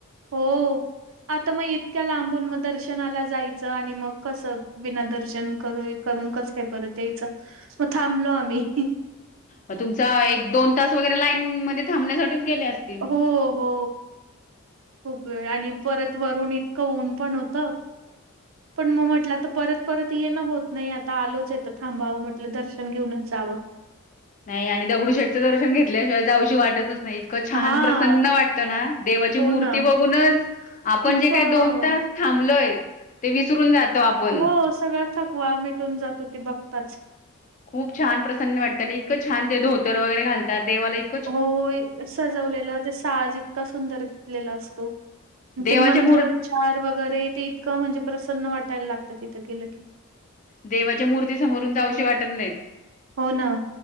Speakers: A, on the right (about 65°); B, on the left (about 35°).
A: हो! आता म इतक्या लांबून म दर्शनाला जायचं, आणि म कसं बिना दर्शन क करून कस काय परत यायचं, म थांबलो आम्ही.
B: म तुमचा एक दोन तास, वगैरे लाईन मध्ये थांबण्यासाठीच गेले असतील.
A: हो हो खूप वेळ, आणि परत वरून इतकं ऊन पण होतं.
B: <inaudible>
A: पण म म्हटलं आता परत, परत येन होत नही, आता आलोच आहे त थांबावं म्हटलं दर्शन घेऊनच जावं.
B: नाही आणि दगडू शेटचं दर्शन घेतल्याशिवाय जाऊशी वाटतच नाही. इतकं छान
A: हा
B: प्रसन्न वाटतं ना, देवाची
A: हो
B: मूर्ती
A: ना.
B: बघूनच. आपण
A: इतकं
B: जे काय दोन तास थांबलोय, ते विसरून जातो आपण.
A: हो सगळं. थकवा मिटून जातो ते बघताच.
B: खूप छान प्रसन्न वाटत नं इतकं छान ते धोतर वगैरे घालातात देवाला ई
A: होय सजवलेलं ते साज इतका सुंदर घातलेला असतो.
B: देवाच्या
A: ते मंत्र
B: मूर्
A: उच्चार वगैरे ते इतकं म्हणजे प्रसन्न वाटायला लागतं तिथं गेलं की.
B: देवाच्या मूर्ती समोरून जाऊशी वाटत नाहीत.
A: हो ना.